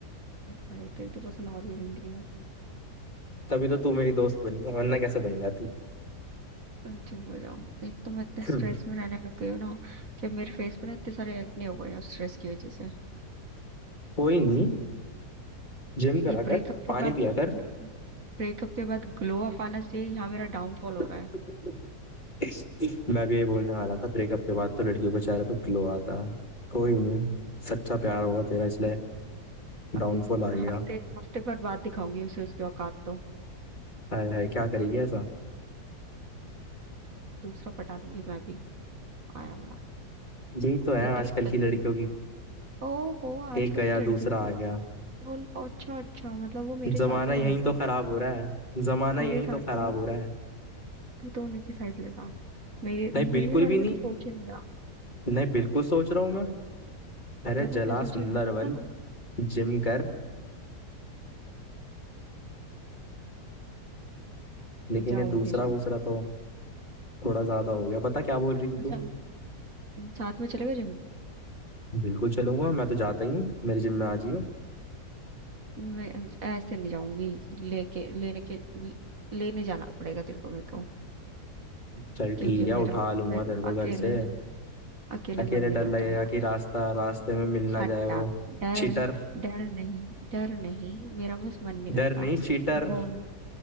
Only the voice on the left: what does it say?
तभी तो तू मेरी दोस्त बन गया वरना कैसे बन जाती
<laughs>
कोई नहीं जिम करा
कर
पानी
पिया कर
ब्रेकअप
मैं भी यही बोलने वाला था ब्रेकअप के बाद तो लड़कियों के चेहरे पे ग्लो आता है कोई नहीं सच्चा प्यार होगा तेरा इसलिए
डाउनफॉल
आ गया
हाय हाय क्या करेगी ऐसा
यही तो
है
आजकल
की लड़कियों की
एक गया
दूसरा
आ गया
जमाना
यही
तो
खराब हो रहा है जमाना
यही
तो खराब
हो रहा है
नहीं
बिल्कुल
भी
नहीं
नहीं बिल्कुल सोच रहा हूँ मैं अरे
जला
सुंदर
बन
जिम कर लेकिन
ये दूसरा
दूसरा तो थोड़ा ज्यादा हो गया बता क्या बोल रही थी
तू
बिल्कुल चलूंगा मैं तो जाता ही हूँ मेरे जिम में आ जियो
चल
ठीक
है उठा लूंगा
तेरे को
घर से
अकेले
डर
लगेगा
कि रास्ता रास्ते में मिल
ना जाए वो
चीटर
डर नहीं चीटर